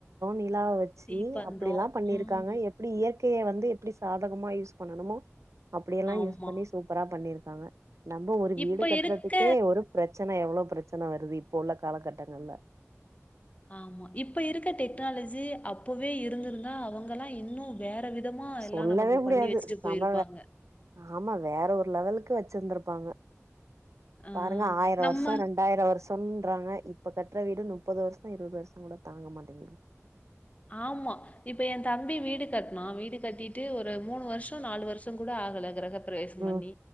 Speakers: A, on the right; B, on the left.
A: ல்லா வெச்சு
B: தீப்பந்தம்.
A: அப்டில்லா பண்ணிருக்காங்க
B: ம்.
A: எப்டி இயற்கைய வந்து எப்டி சாதகமா யூஸ் பண்ணணுமோ அப்டியெல்லா
B: ஆமா.
A: யூஸ் பண்ணி சூப்பரா பண்ணிரு தவ நம்ம ஒரு வீடு
B: இப்ப
A: கட்டுறதுக்கே
B: இருக்க
A: ஒரு எவ்ளோ பிரச்சன வருது இப்போ உள்ள காலகட்டங்கள்ல
B: ஆமா இப்ப இருக்க டெக்னாலஜி அப்பவே இருந்துருந்தா அவுங்கெல்லா இன்னு வேற விதமா
A: சொல்லவே
B: எல்லாம் நமக்கு
A: முடியாது
B: பண்ணி வச்சுட்டு
A: செம
B: போயிருப்பாங்க.
A: ஆமா வேற ஒரு லெவலுக்கு வெ ச்சிருந்திருப்பாங்க
B: ஆ
A: பாருங்க ஆயிரோ
B: நம்ம
A: வருஷோ ரெண்டாயிரோ வருஷம் ன்றாங்க இப்பக் கற்ற வீடு முப்பது வருஷோ இருவது வருஷோங் கூட தாங்க மாட்டேங்குது
B: ஆமா இப்ப என் தம்பி வீடு கட்னா வீடு கட்டிட்டு ஒரு மூணு வருஷோ நாலு வருஷோங் கூட ஆகல கிரக பிரவேசம்
A: ம்
B: பண்ணி